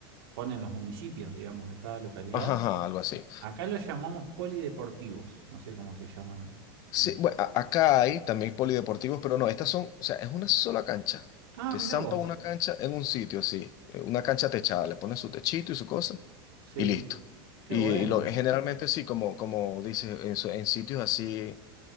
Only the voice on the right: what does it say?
ponen los municipios, digamos, de cada localidad.
Acá los llamamos polideportivos, no sé cómo se llaman
en tu.
Ah,
mirá
vos.
Sí,
qué
bueno.